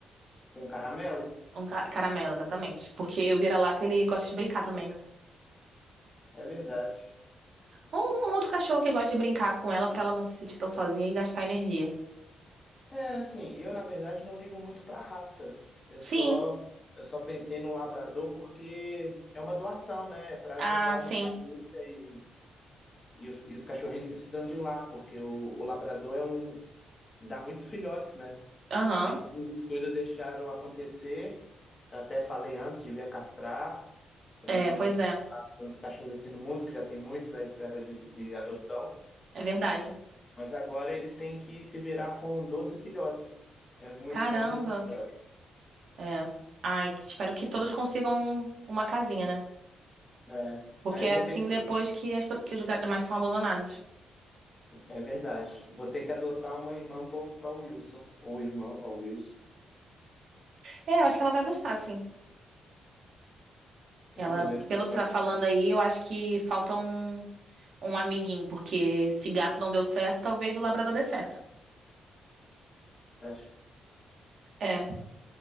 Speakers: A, on the left; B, on the right.
A: Com o caramelo?
B: Um ca- caramelo, exatamente. Porque o vira-lata, ele gosta de brincar também, né?
A: É verdade.
B: Um, um outro cachorro que gosta de brincar com ela pra ela não se sentir tão sozinha e gastar energia.
A: É, assim, eu na verdade não ligo muito para raças. Eu
B: Sim.
A: só. Eu só pensei no labrador porque é uma doação, né? Para
B: Ah,
A: ajudar
B: sim.
A: uma família e, e, os, e os cachorrinhos precisam de lar, porque o, o labrador é um, dá muitos filhotes, né?
B: Aham.
A: E pelos descuido deixaram acontecer. Até falei antes, devia castrar, para
B: É,
A: não
B: pois
A: colocar
B: é.
A: tantos cachorros assim no mundo, que já tem muitos à espera de, de adoção.
B: É verdade.
A: Mas agora eles têm que se virar com 12 filhotes. É muito,
B: Caramba.
A: são muitos filhotes.
B: É. Ai, que- espero que todos consigam uma casinha, né?
A: É.
B: Porque
A: Aí
B: é
A: eu vou
B: assim
A: ter
B: depois
A: que.
B: que, as, pe- que os animais são abandonados.
A: É verdade. Vou ter que adotar uma irmã para o Wilson. Ou irmão para o Wilson.
B: É, eu acho que ela vai gostar, sim. Ela,
A: Vamos ver o
B: pelo
A: que
B: que
A: vai
B: você tá
A: ser.
B: falando
A: na
B: aí, eu acho que falta um, um amiguinho, porque se gato não deu certo, talvez o labrador dê certo.
A: verdade.
B: É.